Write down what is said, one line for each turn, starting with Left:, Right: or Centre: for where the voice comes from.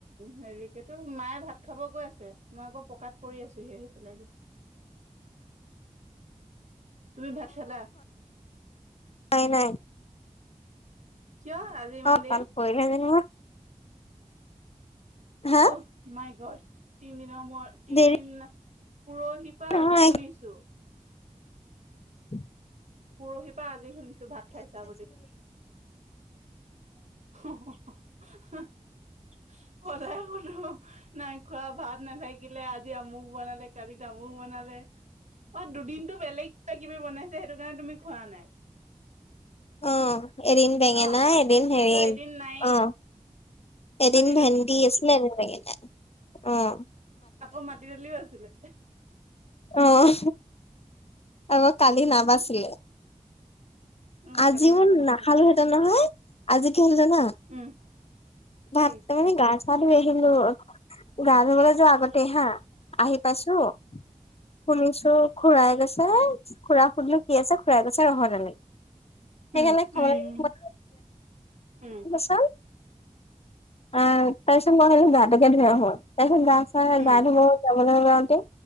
Right: হেৰি কিতো মায়ে ভাত খাব গৈ আছে মই আকৌ পকাত পৰি আছো আহি চ লিব
Left: <unintelligible>
Right: তুমি ভাত খালা
Left: খোৱাই নাই
Right: কিয় আজি ইমান
Left: অ
Right: দেৰি
Left: ভাল কৰিলে যেনিবা হা
Right: ঔ মাই গড তিনিদিনৰ মোৰত তিনদিন
Left: দেৰি
Right: পুৰহি কোৱা
Left: নহয়
Right: আজি শুনিছো।
Left: <inaudible>
Right: পুৰহিৰ পা আজি শুনিছো ভাত খাইছা বুলি তুমি। <unintelligible> নাই খোৱা, ভাত নাথাকিলে, আজি আমুক বনালে কালিত তামুক বনালে। অ দুদিনটো বেলেগ কিবা কিবি বনাইছে সেইটো কাৰণে তুমি খোৱা নাই।
Left: অ এদিন বেঙেনা
Right: ন
Left: এদিন
Right: তাৰপিছত
Left: হেৰি
Right: এদিন নাই
Left: অঁ এদিন
Right: মাটি
Left: ভেন্দি
Right: দালি
Left: আ আছিলে এদিন বেঙেনা অঁ।
Right: আকৌ মাটি দালিও আছিলে
Left: অঁ আকৌ কালি নাবাচিলে।
Right: অ
Left: আজিও
Right: কালি নাবাছিলে
Left: নাখালো হেঁতেন নহয়, আজি কি হ'ল জানা?
Right: উম।
Left: ভাত
Right: কি
Left: মানে গা চা ধুই আহিলো গা ধুবলে যোৱা আগতে হা, আহি পাইছো শুনিছো খুৰাই কৈছে খুৰাক সুধিলোঁ কি আছে খু়ৰাই কৈছে ৰহৰ দালি সেইকাৰণে
Right: উম
Left: <inaudible>
Right: উম উম।
Left: <unintelligible> আহ তাৰপিছত মই ভাবিলোঁ গাটোকে ধুই আহোঁ তাৰ পিছত গা চা
Right: উম
Left: গা ধুলো যাবলৈ ওলাওঁতে